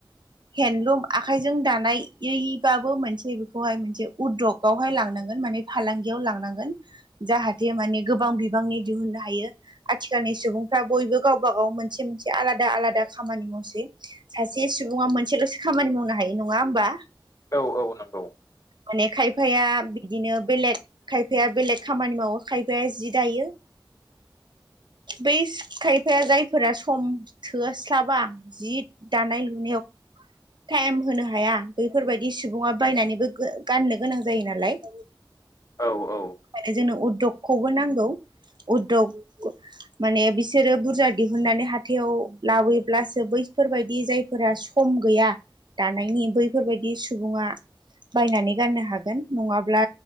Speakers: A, on the right (about 60°); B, on the left (about 35°).
A: हेन्दन्दलुम आखाइजों दानायबाबो मोनसे खौहाय मोनसे उदगावहाय लांनांगोन माने फालांगियाव लांनांगोन। जाहाथे माने गोबां बिबांनि दिहुननो हायो। आथिखालनि सुबुंफ्रा बयबो गावबा गाव मोनसे मोनसे आलादा आलादा खामानि मावसै। सासे सुबुङा मोनसेल'सो खामानि मावनो हायो नङा होमबा।
B: औ औ नंगौ
A: माने खायफाया बिदिनो बेलेग खायफाया बेलेग खामानि मावो खायफाया जि दायो। बै खायफाया जायफोरा सम थोस्लाबा जि दानाय लुनायाव टाइम होनो हाया बैफोरबायाददि सुबुङा बायनानैबो गाननो गोनां जायो नालाय।
B: औ औ।
A: म जोंनो उद्दगखौबो नांगौ उद्दग। माने बिसोरो बुरजा दिहुननानै हाथायाव लाबोयोब्लासो बैफोरबायदि जाय फोर सम गैया दानायनि बैफोरबायदि सुबुङा बायनानै गाननो हागोन नङाब्ला